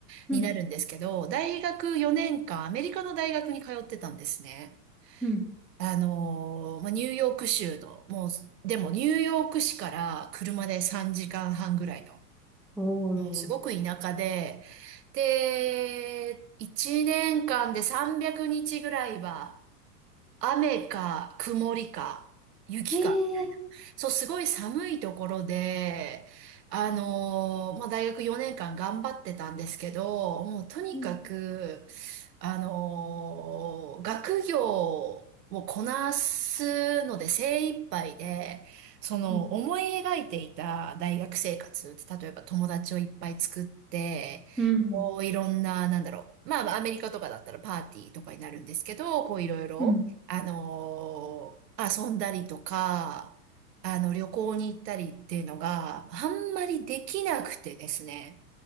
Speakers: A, in the centre; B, on the right (about 80°).
A: うん、
B: になるんですけど、大学4年間、アメリカの大学に通ってたんですね。
A: うん。
B: あの、まあ、ニューヨーク州の、もう、でもニューヨーク市から車で3時間半ぐらいの
A: おー。
B: すごく田舎で、で、1年間で300日ぐらいは、雨か曇りか雪かみたいな。
A: へえ。
B: そう、すごい寒いところで、あのーまあ、大学4年間頑張ってたんですけど、もうとにかく、
A: うん、
B: あのー学業をこなすので精一杯で、その思い描いていた大学生活って例えば友達をいっぱい作って、
A: うん、うん、
B: こういろんな、なんだろう。まあ、アメリカとかだったらパーティーとかになるんですけど、こういろいろ。
A: うん。
B: あのー遊んだりとか、あの、旅行に行ったりっていうのがあんまりできなくてですね。